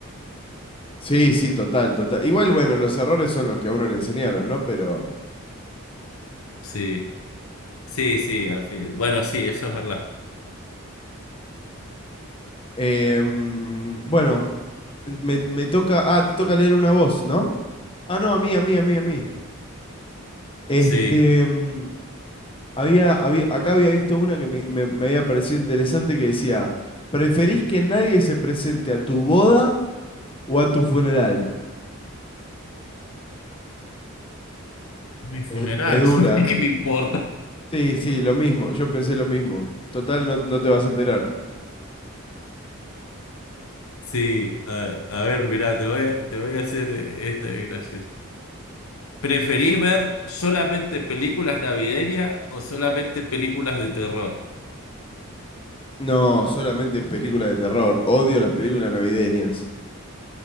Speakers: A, on the left (about 25°); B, on the left (about 90°).
A: Sí, sí, total, total. Igual, bueno, los errores son los que a uno le enseñaron, ¿no? Pero...
B: Sí, sí, sí, al fin. Bueno, sí, eso es verdad.
A: em, bueno, me, me toca... Ah, te toca leer una voz, ¿no? Ah, no, a mí, a mí, a mí, a mí. Este,
B: Sí,
A: mm, Había, había, acá había visto una que me, me- me había parecido interesante que decía, ¿preferís que nadie se presente a tu boda o a tu funeral?
B: mi funeral,
A: Es, es dura.
B: <laughs> ¿qué me importa?
A: ¿eh? Sí, sí, lo mismo, yo pensé lo mismo. Total, no, no te vas a enterar.
B: Sí, a, a ver, mirá, te voy a, te voy a hacer esta es graciosa. ¿Preferís ver solamente películas navideñas o solamente películas de terror?
A: No, solamente películas de terror. Odio las películas navideñas.